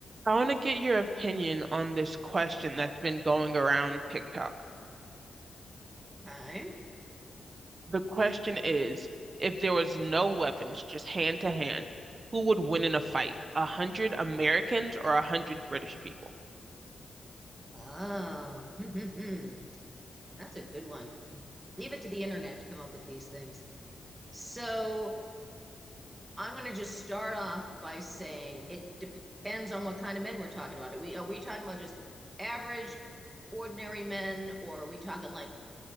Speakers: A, on the right; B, on the right.
A: I want to get your opinion on this question that's been going around TikTok.
B: Okay.
A: The question is, if there was no weapons, just hand to hand, who would win in a fight? A hundred Americans or a hundred British people?
B: Oh, <laughs> that's a good one. Leave it to the internet to come up with these things. So I'm going to just start off by saying it depends on what kind of men we're talking about. Are we are we talking about just average, ordinary men, or are we talking like